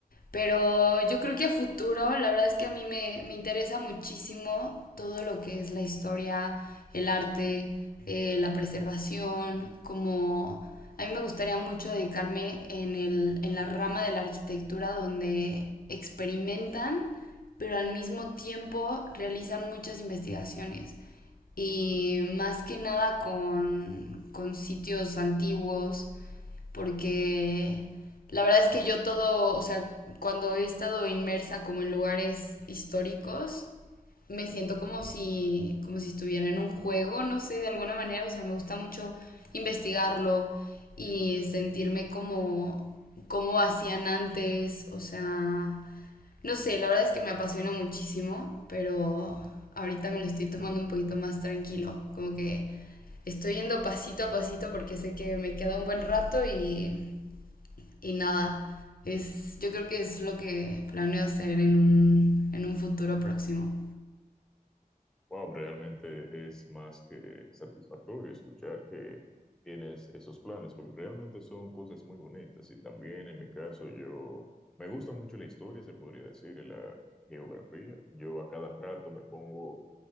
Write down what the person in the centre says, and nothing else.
Wow, realmente es más que satisfactorio escuchar que tienes esos planes, porque realmente son cosas muy bonitas. Y también en mi caso, yo me gusta mucho la historia, se podría decir, y la geografía. Yo a cada rato me pongo